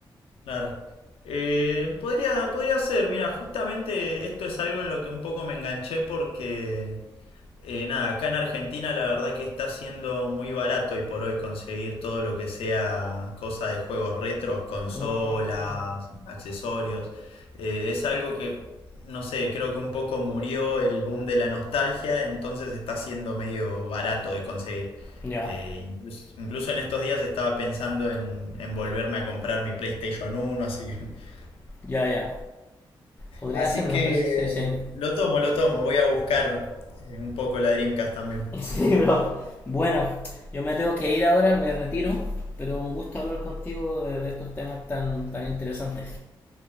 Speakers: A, on the left (about 80°); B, on the left (about 20°).
A: Claro. Eh, podría, podría ser, mira, justamente esto es algo en lo que un poco me enganché porque Eh, nada, acá en Argentina la verdad que está siendo muy barato hoy por hoy conseguir todo lo que sea cosa de juegos retros, consolas,
B: Mm,
A: accesorios. Eh, es algo que, no sé, creo que un poco murió el boom de la nostalgia, entonces está siendo medio barato de conseguir.
B: ya,
A: Eh, incluso, incluso en estos días estaba pensando en, en volverme a comprar mi PlayStation uno así que, <laughs>
B: ya, ya. Podría
A: así
B: ser una
A: que
B: PC, sí, sí.
A: lo tomo, lo tomo, voy a buscar eh, un poco la Dreamcast también.
B: <laughs> Sí, bro. Bueno, yo me tengo que ir ahora, me retiro, pero un gusto hablar contigo de, de estos temas tan, tan interesantes.